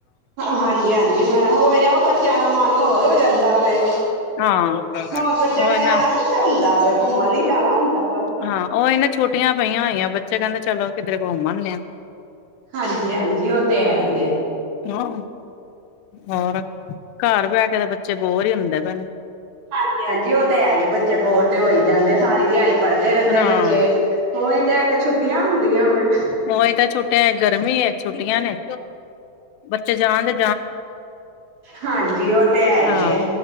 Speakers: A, on the right; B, on the left.
A: ਹਾਂਜੀ ਹਾਂਜੀ ਮੈਂ ਹੋਇਆ ਉਹ ਬੱਚਿਆਂ ਦਾ ਮਨ ਹੋਰ ਹੋ ਜਾਂਦਾ ਹੋਵੇ
B: ਹਾਂ
A: ਹੋਰ ਬੱਚਿਆਂ
B: ਉਹ
A: ਨੇ ਜਾਣਾ
B: ਨਾ
A: ਬੱਚੇ ਹੁੰਦਾ ਹੋਵੇ ਘੁੰਮਣ ਨੀ ਜਾਣਾ ਹੁੰਦਾ ਬਸ
B: ਹਾਂ ਉਹ ਇਹ ਨਾ ਛੋਟਾ ਛੁੱਟੀਆਂ ਪਈਆਂ ਹੋਈਆਂ ਬੱਚੇ ਕਹਿੰਦੇ ਚਲੋ ਕਿੱਧਰੇ ਘੁੰਮਣ
A: ਹਾਂਜੀ ਹਾਂਜੀ, ਉਹ ਤੇ ਹੈ ਈ ਐ।
B: ਹਾਂ, ਹੋਰ ਘਰ ਬਹਿ ਦੇ ਬੱਚੇ ਬੋਰ ਹੀ ਹੁੰਦੇ ਪੈ ਨੇਂ।
A: ਹਾਂਜੀ ਹਾਂਜੀ, ਉਹ ਤੇ ਹੈਈ ਬੱਚੇ ਬੋਰ ਤੇ ਹੋ ਈ ਜਾਂਦੇ ਸਾਰੀ ਦਿਹਾੜੀ ਪੜ੍ਹਦੇ ਰਹਿੰਦੇ
B: ਹਾਂ
A: ਬੱਚੇ ਉਹੀ ਤੇ ਇੱਕ ਛੁੱਟੀਆਂ ਹੁੰਦੀਆਂ ਵੇ
B: ਉਹੀ ਤਾਂ ਛੁੱਟੀਆਂ ਗਰਮੀ ਹੈ ਛੁੱਟੀਆਂ ਨੇ ਬੱਚੇ ਜਾਣ ਦੇ
A: ਹਾਂਜੀ ਉਹ ਤੇ ਹੈ ਹੀ
B: ਹਾਂ,
A: ਹੈ